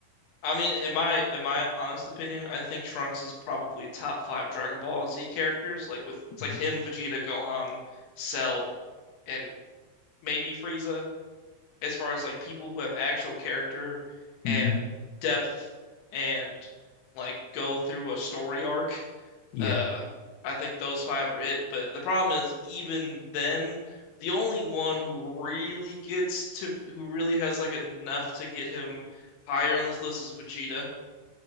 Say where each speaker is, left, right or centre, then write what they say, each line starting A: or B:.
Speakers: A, on the left; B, on the left.
A: I mean, in my in my honest opinion, I think Trunks is probably top five Dragon Ball Z characters. Like with it's
B: hmm
A: like him, Vegeta, Gohan, Cell, and maybe Frieza. As far as like people who have actual character and
B: hmm
A: depth and like go through a story arc,
B: <laughs> Yeah.
A: Uh, I think those five are it. But the problem is, even then, the only one who really gets to, who really has like enough to get him higher on this list is Vegeta.